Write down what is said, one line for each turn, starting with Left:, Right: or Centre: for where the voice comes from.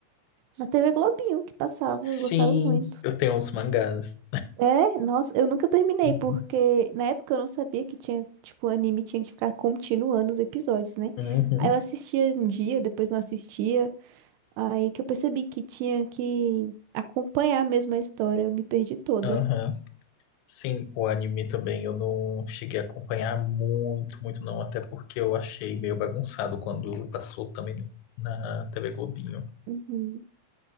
Right: na TV Globinho que passava,
Left: Sim,
Right: eu gostava muito.
Left: eu tenho uns mangás.
Right: É, nossa, eu nunca terminei,
Left: Uhum.
Right: porque na época eu não sabia que tinha, tipo, anime tinha que ficar continuando os episódios, né?
Left: Uhum.
Right: Aí eu assistia um dia, depois não assistia, aí que eu percebi que tinha que acompanhar mesmo a história, eu me perdi toda.
Left: Aham. Sim, o anime também eu não cheguei a acompanhar muito, muito não, até porque eu achei meio bagunçado quando passou também no- na TV Globinho.
Right: Uhum,